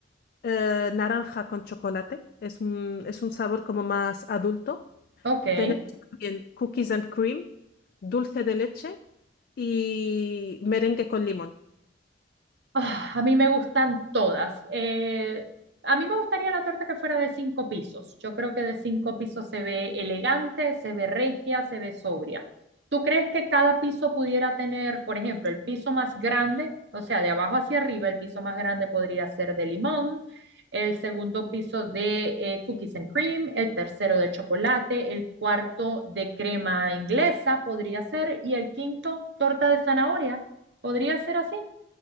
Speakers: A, on the left (about 55°); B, on the right (about 65°).
A: eh, naranja con chocolate. Es un, es un sabor como más adulto.
B: Ok.
A: Tenemos también cookies and cream, dulce de leche y merengue con limón.
B: Ah, a mí me gustan todas. Eh, a mí me gustaría la torta que fuera de cinco pisos. Yo creo que de cinco pisos se ve elegante, se ve regia, se ve sobria. ¿Tú crees que cada piso pudiera tener, por ejemplo, el piso más grande, o sea, de abajo hacia arriba, el piso más grande podría ser de limón, el segundo piso de eh, cookies and cream, el tercero de chocolate, el cuarto de crema inglesa podría ser, y el quinto, torta de zanahoria. ¿Podría ser así?